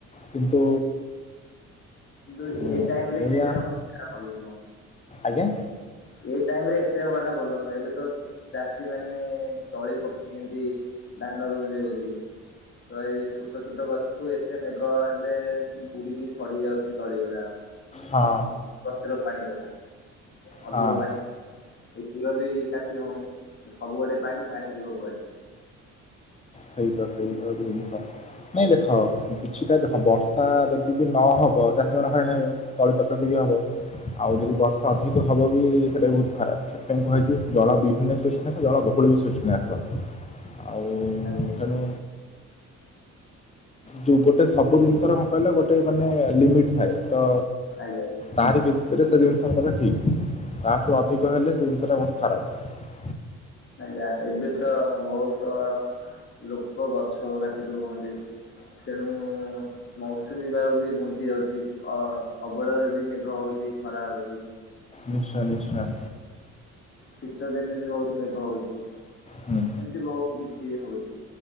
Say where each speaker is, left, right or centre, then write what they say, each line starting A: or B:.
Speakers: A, on the left; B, on the left.
A: କିନ୍ତୁ
B: କିନ୍ତୁ
A: ଉଁ,
B: ଏ ଟାଇମରେ
A: ଏଇଆ
B: <inaudible> ହବ ଭଲ ନୁହଁ।
A: ଆଜ୍ଞା।
B: ଏଇ ଟାଇମରେ ଏତେ ହବା ଟା ଭଲ ନୁହଁ। ଏବେ ତ ଚାଷୀ ମାନେ ତଳି ପକେଇଚନ୍ତି। ଧାନ ରୁଇବେ ବୋଲିି। ତ ଏଇ ଯୋ ଛୋଟ ଛୋଟ ଗଛକୁ ଏତେ ମେଘ ହେଲେ ବୁଡିକି ସଡି ଯାଉଚି ତଳି ଗୁଡାକ।
A: ହଁ
B: ବସ୍ତିର ପାଣି ଯୋଉଟା। ଅଧିକ
A: ହଁ
B: ପାଣି ଏ ହିଡ ବି କାଟି ହଉନି ସବୁଆଡେ ପାଣି ପାଣି ଯିବ କୁଆଡେ?
A: ସେଇତ ସେଇତ ଗୋଟେ ଜିନିଷ। ନାଇଁ ଦେଖ କିଛିଟା ଦେଖ ବର୍ଷା ଯଦି ବି ନହବ ଚାଷୀମାନେ ହଇରାଣ ହେବେ। ତଳି ପଟକ ବି ହବ ଆଉ ଯଦି ବର୍ଷା ଅଧିକ ହବ ବି ସେଟା ବି ବହୁତ ଖରାପ। ସେଥିପାଇଁ କୁହାଯାଇଛି ଜଳ ବିହୁନେ ସୃଷ୍ଟିନାଶ ଜଳ ବହୁଳେ ବି ସୃଷ୍ଟିନାଶ ଆଉ
B: ଆଜ୍ଞା
A: ତେଣୁ ଯୋଉ ଗୋଟେ ସବୁ ଜିନିଷରେ କଣ କହିଲେ ଗୋଟେ ମାନେ ଲିମିଟ ଥାଏ ତ
B: ଆଜ୍ଞା
A: ତାରି ଭିତରେ ସେ ଜିନିଷ ହବଟା ଠିକ ତାଠୁ ଅଧିକ ହେଲେ ସେ ଜିନିଷ ଟା ବୋହୁତ ଖରାପ।
B: ଆଜ୍ଞା ଏବେ ତ ବହୁତ ଲୋକ ଗଛ କାଟି ଦଉଛନ୍ତି ତେଣୁ ମୌସୁମୀ ବାୟୁ ବି ଘୁଞ୍ଚି ଯାଉଛି ଅ ଅବଲାରେ ବି ମେଘ ହଉଛି ଖରା ହଉଛି।
A: ନିଶ୍ଚୟ ନିଶ୍ଚୟ।
B: ଶୀତଦିନେ ବି ବହୁତ ମେଘ ହେଉଛି।
A: ହୁଁ
B: ଏମତି ବୋହୁତ କିଛି ହୋଉଚି।